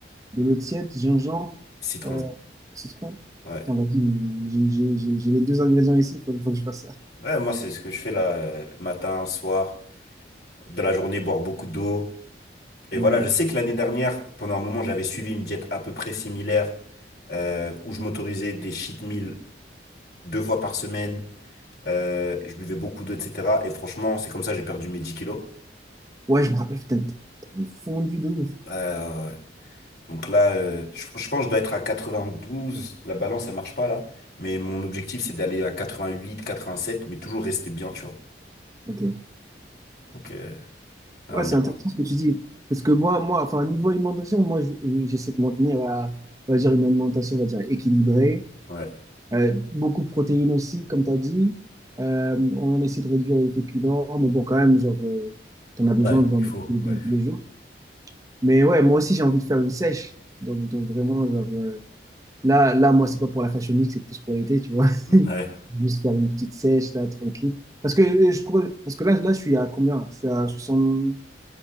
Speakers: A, on the right; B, on the left.
A: De l'eau tiède, gingembre,
B: citron.
A: euh, citron.
B: Ouais.
A: Attends, vas-y, j'ai j'ai- j'ai- j'ai les deux ingrédients ici, il faut, faut que je fasse ça.
B: Ouais, moi, c'est ce que je fais là, euh, matin, soir, de la journée, boire beaucoup d'eau. Et
A: Hum.
B: voilà, je sais que l'année dernière, pendant un moment, j'avais suivi une diète à peu près similaire euh, où je m'autorisais des cheat meals deux fois par semaine Euh, je buvais beaucoup d'eau, etc. Et franchement, c'est comme ça, que j'ai perdu mes 10 kilos.
A: Ouais, je me rappelle, putain, t'as t'as fondu de ouf.
B: Euh, donc là, euh, je, je pense que je dois être à 92. La balance, elle marche pas là. Mais mon objectif, c'est d'aller à 88, 87, mais toujours rester bien, tu vois.
A: Ok.
B: Donc, euh, on
A: Ouais, c'est
B: est,
A: intéressant
B: on-
A: ce que tu dis. Parce que moi, moi, enfin, niveau alimentation, moi, je- j'essaie de maintenir à, on va dire, une alimentation, on va dire, équilibrée.
B: ouais.
A: Euh, beaucoup de protéines aussi, comme tu as dit. Euh, on essaie de réduire les féculents, mais bon, quand même, genre, euh, t'en as besoin
B: Ouais,
A: dans,
B: il
A: tous
B: faut,
A: dans
B: ouais.
A: tous les jours. Mais ouais, moi aussi, j'ai envie de faire une sèche. Donc, donc vraiment, genre, euh, là, là, moi, c'est pas pour la fashion week, c'est plus pour l'été, tu vois.
B: Mm, Ouais.
A: <laughs> Juste faire une petite sèche, là, tranquille. Parce que, euh, je cours- parce que là, là, je suis à combien? Je suis à 70